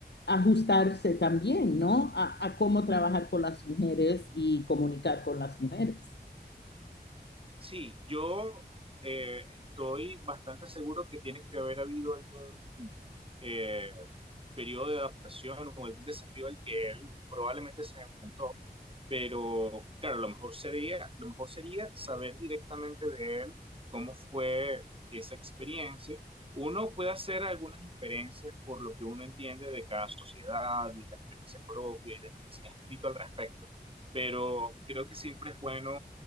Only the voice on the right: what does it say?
Sí, yo eh, estoy bastante seguro que tiene que haber habido algún eh, periodo de adaptación o algún desafío al que él probablemente se enfrentó pero claro, lo mejor sería, lo mejor sería saber directamente de él cómo fue esa experiencia. Uno puede hacer algunas inferencias por lo que uno entiende de cada sociedad y de la experiencia propia y de lo que se ha escrito al respecto, pero creo que siempre es bueno